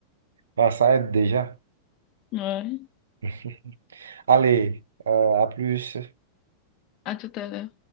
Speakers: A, on the right; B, on the left.
A: Ah, ça aide déjà.
B: Ouais.
A: <laughs> Allez, euh, à plus.
B: À tout à l'heure.